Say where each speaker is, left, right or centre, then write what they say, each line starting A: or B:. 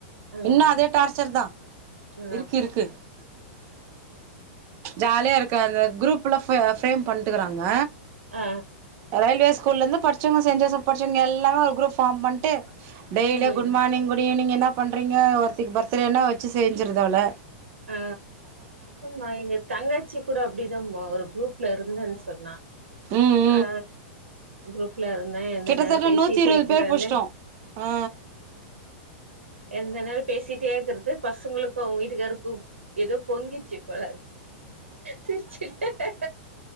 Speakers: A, on the right; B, on the right.
A: ம்
B: இன்னும் அதே டார்ச்சர் தான்
A: ஆ
B: இருக்கு இருக்கு ஜாலியா இருக்க அந்த குரூப் புள்ளா ஃவைல் ஃப்ரேம் பண்ணிட்டுஇருக்கறாங்க
A: ஆ
B: ரயில்வே ஸ்கூல்ல இருந்து படிச்சவங்க செஞ்சோசப் படிச்சவங்க எல்லாமே ஒரு குரூப் ஃபார்ம் பண்ணிட்டு டெய்லி
A: ம்
B: குட் மார்னிங குட் ஈவினிங் என்ன பண்றீங்க ஒருத்திக்கு பர்த்டேனா வச்சு செஞ்சருதுஅவள
A: ஆ ஆமா எங்க தங்கச்சி கூட அப்டிதான்மா ஒரு குரூப்ல இருந்தேன்னு சொன்னா
B: உம்
A: அ குரூப் ல இருந்தேன் எந்த
B: கிட்டத்தட்ட
A: நேரம் பேசிட்டு
B: நூத்தி இருவது
A: இக்குறேணுஆ
B: பேர் புடிச்சிட்டோ ஆ
A: எந்த நேரம் பேசிட்டே இருக்கறது பசங்களுக்கும் அவங்க வீட்டுக்காருக்கும் ஏதோ பொங்கிச்சு போல சிரிச்சுட்டேன்